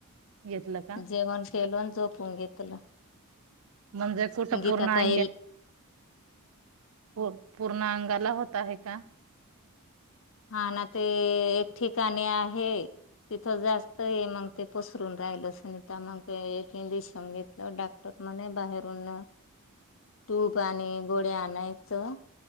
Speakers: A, on the right (about 65°); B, on the left (about 60°).
A: घेतलं का
B: जेवण फेलून झोपून घेतलं.
A: म्हणजे कुठं
B: गीेत
A: पूर्ण
B: आता
A: अंग्या
B: येईल.
A: पू- पूर्ण अंगाला होत आहे का?
B: हा ना ते एक ठिकाणी आहे तिथ जास्त. मग ते पसरून राहिलं सुनीता मग ते एक इंजेक्शन घेतलं डॉक्टर म्हणे बाहेरून. टूब आणि गोळया आणायचं.